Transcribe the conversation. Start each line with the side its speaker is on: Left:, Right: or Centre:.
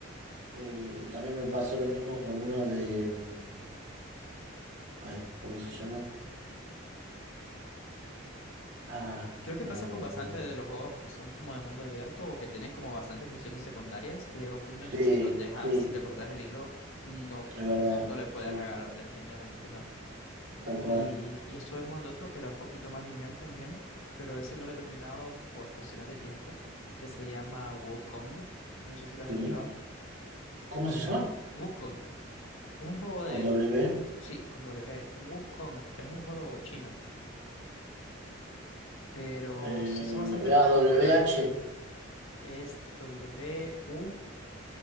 Right: eh, y también me pasó lo mismo con uno de... mm, Ay, ¿cómo se llama? Ah,
Left: Creo que
Right: eh,
Left: pasa con bastantes de los juegos que son como de mundo abierto o que tienen como bastantes misiones secundarias que llega un punto
Right: sí,
Left: en que si los dejas,
Right: sí,
Left: si le perdés el hilo, no,
Right: es verdad,
Left: no le puedes
Right: sí,
Left: agarrar, definitivamente que no.
Right: tal
Left: Y,
Right: cual.
Left: y estuve jugando otro que era un poquito más lineal también, pero ese no lo he terminado por cuestiones de tiempo, que se llama Wukong. No sé si lo has
Right: Sí.
Left: escuchado.
Right: ¿Cómo
Left: Eh,
Right: se llama?
Left: Wukong es un juego
Right: Con
Left: de...
Right: W.
Left: Sí, con W. Wukong es un juego chino, pero
Right: Eh,
Left: se hizo bastante popular.
Right: ah, W H,
Left: Es W-U